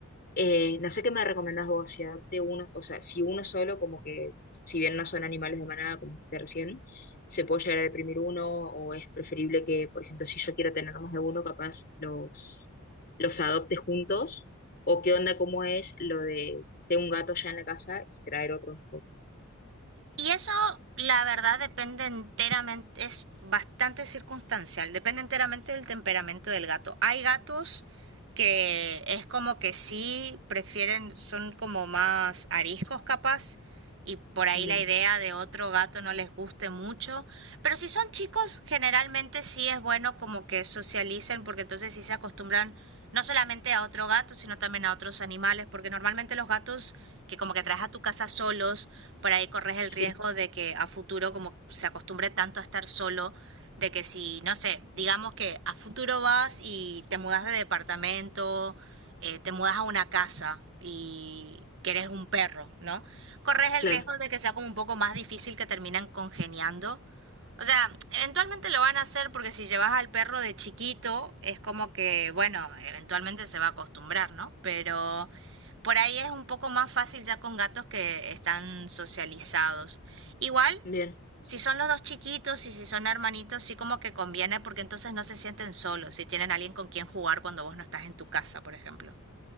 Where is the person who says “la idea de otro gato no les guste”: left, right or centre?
Right